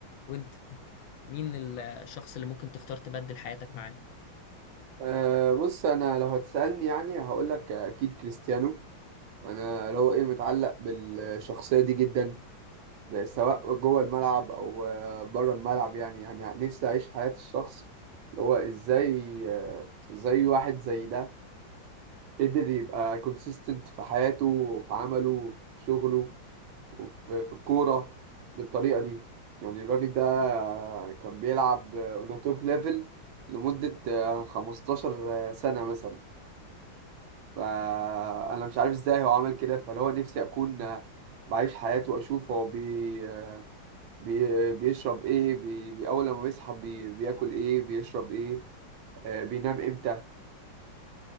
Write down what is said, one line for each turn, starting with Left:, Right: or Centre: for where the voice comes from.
Left: وانت مين الشخص اللي ممكن تختار تبدل حياتك معاه
Right: آه، بص انا لو هتسألني يعني هقول لك اكيد كريستيانو انا اللي هو ايه متعلق بالشخصية دي جدا سواء جوه الملعب او آه، بره الملعب يعني يعني نفسي اعيش حياة الشخص اللي هو ازاي آه، ازاي واحد زي ده قدر يبقى كونسيستنت في حياته وفي عمله وفي شغله وفي في الكورة بالطريقة دي يعني الراجل ده كان بيلعب اون توب ليفل لمدة 15 سنة مثلا فأنا مش عارف ازاي هو عمل كده فاللي هو نفسي أكون بعيش حياته وأشوف هو بي بي بيشرب ايه بي بي- أول لما بيصحى بي بياكل ايه بيشرب ايه آه، بينام امتى